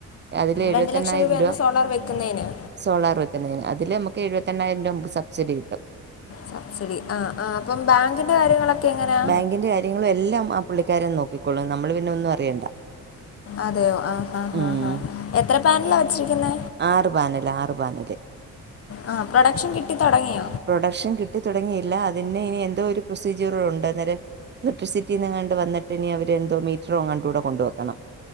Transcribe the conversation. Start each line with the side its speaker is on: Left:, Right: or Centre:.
Right: അതില് എഴുപത്തി
Left: രണ്ട് ലക്ഷം
Right: എണ്ണായിരം
Left: രൂപയാണ്
Right: രൂപ
Left: സോളാർ വെക്കുന്നതിന്
Right: സോളാർ വെക്കുന്നേന് അ ഇതില് നമുക്ക് എഴുപത്തിഎണ്ണായിരം രൂപ നമുക്ക് സബ്സിഡി കിട്ടും
Left: സബ്സിഡി ആ ആ അപ്പം ബാങ്കിൻ്റെ കാര്യങ്ങളൊക്കെ എങ്ങനെയാ
Right: ബാങ്കിന്റെ കാര്യങ്ങളും എല്ലാം ആ പുള്ളിക്കാരൻ നോക്കിക്കോളും നമ്മള് പിന്നെ ഒന്നും അറിയണ്ട
Left: അതെയോ ആഹ് ആഹ്
Right: ഉം
Left: ആഹ് എത്ര പാനില വെച്ചിരിക്കുന്നേ
Right: ആറ് പാനല് ആറു പാനല്
Left: ആ പ്രൊഡക്ഷൻ കിട്ടി തൊടങ്ങിയാ
Right: പ്രൊഡക്ഷൻ കിട്ടി തൊടങ്ങിയില്ല അതിന്ന് ഇനി എന്തോ ഒരു പ്രൊസീജറൂടെ ണ്ട് അന്നേരം ഇലക്ട്രിസിറ്റി നിന്നങ്ങാണ്ട് വന്നിട്ട് ഇനി അവര് എന്തോ മീറ്ററോ എങ്ങാണ്ട് ഇവടെ കൊണ്ട് വെക്കണം